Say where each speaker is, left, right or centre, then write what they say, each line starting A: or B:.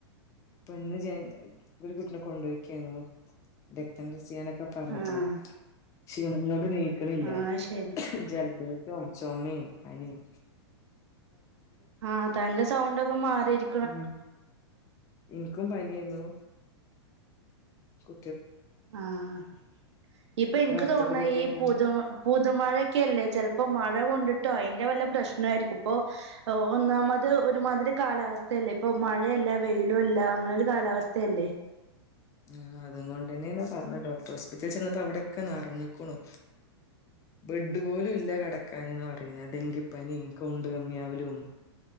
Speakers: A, on the left; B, on the right.
A: ഇപ്പൊ ഇന്ന് ഒരു കുട്ടിനെ കൊണ്ടുപോയിക്കായിരുന്നു രക്തം ടെസ്റ്റ്‌ ചെയ്യാനൊക്കെ ഇപ്പ പറഞ്ഞപ്പോ
B: ആഹ്
A: ക്ഷീണണിയോട് നീക്കണില്ല
B: ആഹ് ശരി
A: ജലദോ ശം ചോമേം പനീം
B: ആഹ തന്റെ സൗണ്ട ഒക്കെ മാറിരി
A: ഉം എനിക്കും പനി എന്തോ കു
B: ആ ആ ഇപ്പൊ എനിക്ക്
A: ഇവിടെ അടുത്ത്
B: തോണുന്നേ
A: കൂടെ
B: ഈ
A: ഒക്കെ
B: പുതു പുതുമഴക്കല്ലേ ചെലപ്പോ മഴ കൊണ്ടിട്ട് ട്ടോ അതിന്റെ വല്ല പ്രശ്നയിരിക്കും ഇപ്പോ ഒന്നാമത് ഒരുമതി രി കാലാവസ്ഥയല്ലേ ഇപ്പോ മഴയല്ല വെയിലും അല്ല അങ്ങനെ ഒരു കാലാവസ്ഥയല്ലേ
A: ആ അത് കൊണ്ട് തന്നെണ് പറഞ് ഡോക്ടർ ഹോസ്പിറ്റൽ ചെന്നപ്പോ അവിടെയൊക്കെ നറഞ്ഞുക്കുണു ബെഡ് പോലും ഇല്ല കെടക്കാൻ പറയുന്ന ഡെങ്കിപ്പനി കൗണ്ട് കമ്മിയാവലും